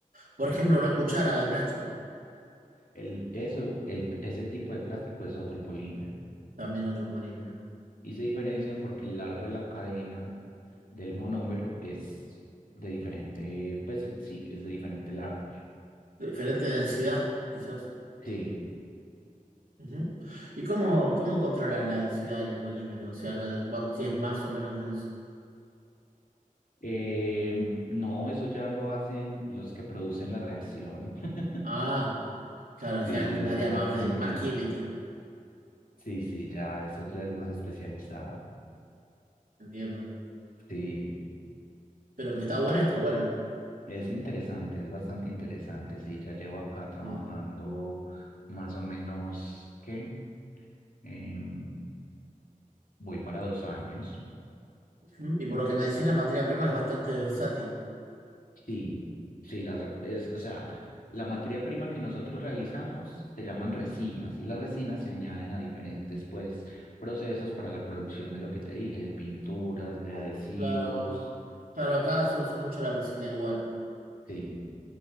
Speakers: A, on the right; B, on the left.
A: Por ejemplo, una cuchara de plástico,
B: El, eso, el, ese tipo de plástico es otro polímero.
A: también otro polímero.
B: Y se diferencian porque el largo de la cadena del monómero es de diferente, pues sí, es de diferente largo.
A: De diferente densidad, quizás.
B: Sí.
A: Ujú. ¿Y cómo, cómo controlan la densidad del polímero? O sea, cuán- si es más o menos denso.
B: Eh, no, eso ya lo hacen los que producen la reacción. <laughs>
A: Ah, claro,
B: Sí,
A: ya es
B: yo en
A: un
B: esa
A: área
B: parte
A: más, de,
B: no me
A: más
B: meto.
A: química,
B: Sí, sí, ya, eso ya es más especializado.
A: entiendo.
B: Sí,
A: Pero que está buena, está buena.
B: es interesante, es bastante interesante. Sí, ya llevo acá trabajando
A: Bien.
B: más o menos, ¿qué? Em, voy para dos años.
A: Ujú. Y por lo que me decís, la materia prima es bastante versátil.
B: Sí, sí, las, es, o sea, la materia prima que nosotros realizamos se llaman resinas y las resinas se añaden a diferentes, pues, procesos para la producción de lo que te dije, de pinturas, de adhesivos,
A: Claro, claro, acá se usa mucho la resina igual.
B: sí,